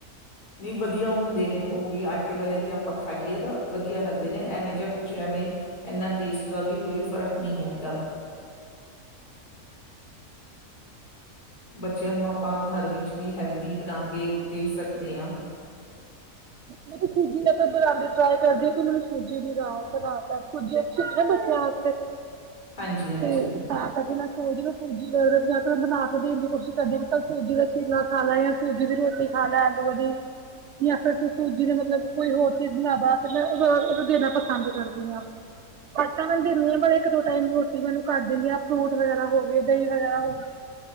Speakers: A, on the left; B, on the right.
A: ਨਹੀ ਵਧੀਆ ਹੁੰਦੇ ਨੇ ਉਹ ਵੀ ਆਟੇ ਵਾਲੇ ਵੀ ਆਪਾਂ ਖਾਈਏ ਨਾ ਵਧੀਆ ਲੱਗਦੇ ਨੇ ਐਵੇਂ ਜਾਂ ਕੁਛ ਐਵੇਂ। ਇਨਾਂ ਟੇਸਟ ਦਾ ਵੀ ਕੋਈ ਫ਼ਰਕ ਨਹੀਂ ਹੈਗਾ। ਬੱਚਿਆਂ ਨੂੰ ਆਪਾਂ ਘਰ ਵਿੱਚ ਕਿ ਹੈਲਦੀ ਬਣਾ ਕੇ ਦੇ ਸਕਦੇ ਹਾਂ? <inaudible>
B: ਮੈ ਸੂਜੀ ਦੇ ਬਣਾ ਟਰਾਈ ਕਰਦੀ ਕਿ ਮੈਨੂੰ ਸੂਜੀ ਦੀ ਬਣਾ ਤ ਸੂਜੀ ਅੱਛੀ ਨਾ ਬੱਚਿਆਂ ਵਾਸਤੇ।
A: <inaudible> ਹਾਂਜੀ
B: ਹਮ ਤਾਂ ਕਰਕੇ ਮੈਂ ਸੂਜੀ ਨੂੰ ਕਲੈਟ <inaudible> ਰ ਬਣਾ ਕੇ ਵੀ ਇੰਨੀ ਸਬਜੀ ਤੁਹਾਡੇ ਵਾਲ ਕੱਲ ਪੇਜ ਦੀ ਬਸ। ਚੀਲਾ ਖਾ ਲੈ ਜਾਂ ਸੂਜੀ ਦੀ ਰੋਟੀ ਖਾ ਲੈ ਆਲੂ ਵਾਲੀ। ਜਾਂ ਫੇਰ ਤੁਸੀਂ ਜ ਮਤਲਬ ਕੋਈ ਹੋਰ ਚੀਜ਼ ਬਣਾਦਾ ਉਹ ਦੇਣਾ ਪਸੰਦ ਕਰਦੀ ਹਾਂ। ਆਟਾ ਮੈਂ ਦੇਨੀ ਆ ਪਰ ਇੱਕ-ਦੋ ਟਾਈਮ ਰੋਟੀ ਮੈ ਇਨੂੰ ਕੱਟ ਦਿੰਦੀ ਹਾਂ ਫਰੂਟ ਵਗੈਰਾ ਹੋ ਗਏ, ਦਹੀਂ ਵਗੈਰਾ ਹੋ ਗਈ।